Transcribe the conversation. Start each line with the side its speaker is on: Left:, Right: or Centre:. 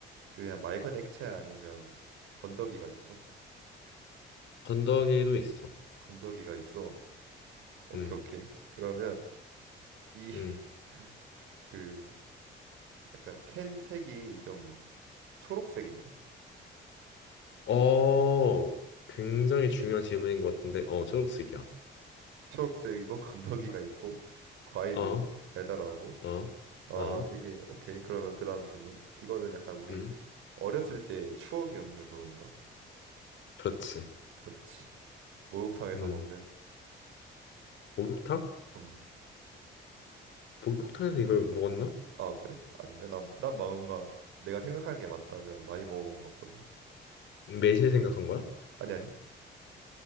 Right: 그냥 맑은 액체 아니면 건더기가 있어?
Left: 건더기도 있어.
Right: 건더기가 있어. 오케이,
Left: 음,
Right: 오케이. 그러면 이 <laughs>
Left: 음.
Right: 그 약간 캔 색이 좀 초록색인가?
Left: 어, 굉장히 중요한 질문인 것 같은데, 어, 초록색이야.
Right: 초록색이고 <laughs> 건더기가 있고 과일이고
Left: 어,
Right: 달달하고
Left: 어,
Right: 아
Left: 어,
Right: 이게 오케이 그러면 그 다음 질문 이거는 약간 우리
Left: 음,
Right: 어렸을 때 추억의 음료수인가?
Left: 그렇지.
Right: 그렇지 목욕탕에서
Left: 음,
Right: 먹는
Left: 목욕탕?
Right: 음
Left: 목욕탕에서 이걸 먹었나?
Right: 아 그래? 아닌가? 난, 난 뭔가 내가 생각하는 게 맞다면 많이 먹어본 것 같거든
Left: 매실 생각한 거야?
Right: 아니 아니